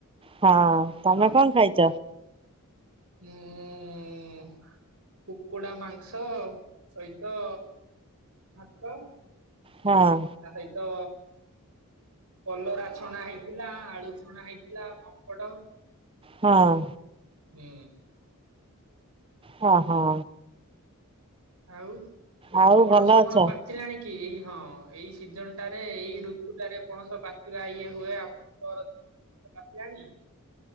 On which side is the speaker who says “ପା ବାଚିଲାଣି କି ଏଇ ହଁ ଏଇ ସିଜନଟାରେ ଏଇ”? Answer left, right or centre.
Right